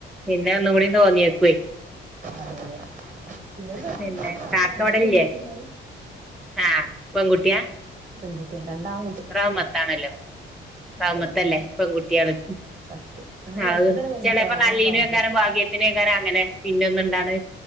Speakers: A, in the centre; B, on the right (about 40°).
A: പിന്നെ ഒന്നും കൂടി തോന്നിയേക്കേ
B: അതെ അതെ ഒരു
A: പിന്നെ
B: പെൺകുട്ടിയാണ് ആകെ
A: കാക്ക
B: അങ്ങനെ
A: ഇവടല്ലേ
B: ഒരു പെൺകുട്ടി ഉണ്ടായി
A: ആഹ് പെൺകുട്ടിയ
B: പെൺകുട്ടിയ രണ്ടാം
A: റഹ്മത്താണല്ലോ റഹ്‌മത്തല്ലേ
B: അതെ അതെ
A: പെൺകുട്ടിയാള്
B: സത്യം നമ്മള് ഫസ്റ്റ്ത്തന്നെ
A: അത്
B: പെൺകുട്ടിയാവണം
A: ചെലേപ്പോ നല്ലീന
B: അതന്നെ ഒരു ഭാഗ്യം
A: വെക്കാനും ഭാഗ്യത്തിന്, വക്കാനും അങ്ങനെ പിന്നെ ഒന്ന ഇണ്ടാണ്